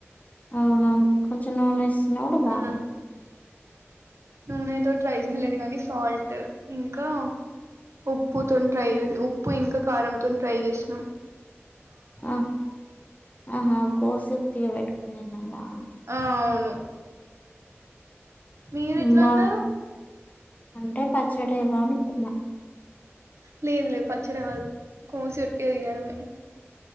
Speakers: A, on the left; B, on the right.
A: అవునవును కొంచెం నూనె యేసి అది కూడా బాగుంటాది.
B: హ్మ్. నూనెతో ట్రై చేయలేదు. కానీ సాల్ట్ ఇంకా ఉప్పుతో ట్రై ఉప్పు ఇంకా కారంతో ట్రై చేసిన్నాం.
A: ఆ ఆహా కోసి ఉత్తిగా పెట్ నిన్నల్లా
B: ఆ అవును మీరు
A: హ్మ్.
B: ఎట్లా
A: బావుం
B: ఉన్నారు.
A: అంటే పచ్చడేమో అనుకున్నా
B: లే లే పచ్చడి కాదు కోసి ఒటి తినడమే